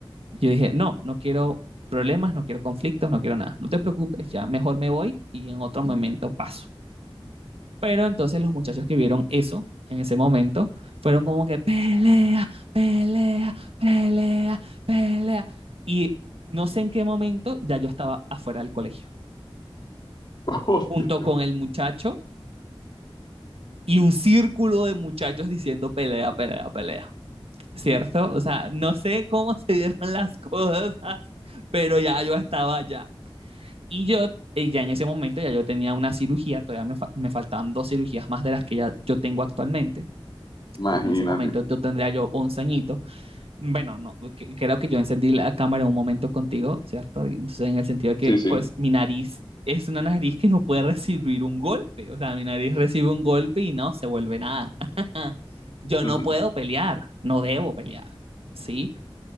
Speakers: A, on the right (about 75°); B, on the left (about 50°).
A: Yo dije, no, no quiero problemas, no quiero conflictos, no quiero nada. No te preocupes, ya mejor me voy y en otro momento paso. Pero entonces los muchachos que vieron eso en ese momento fueron como que pelea, pelea, pelea, pelea. Y no sé en qué momento ya yo estaba afuera del colegio,
B: Hostia.
A: junto con el muchacho y un círculo de muchachos diciendo pelea, pelea, pelea. ¿Cierto? O sea, no sé cómo se dieron las cosas, pero ya yo estaba allá. Y yo, eh, ya en ese momento, ya yo tenía una cirugía, todavía me, fa- me faltaban dos cirugías más de las que ya yo tengo actualmente.
B: Imagínate.
A: porque en ese momento yo tendría yo 11 añitos. Bueno, no, que- creo que yo encendí la cámara un momento contigo, ¿cierto? Y entonces en el sentido de que,
B: Sí, sí.
A: pues, mi nariz es una nariz que no puede recibir un golpe, o sea, mi nariz recibe un golpe y no se vuelve nada. <laughs> Yo
B: Ujú.
A: no puedo pelear, no debo pelear, ¿sí?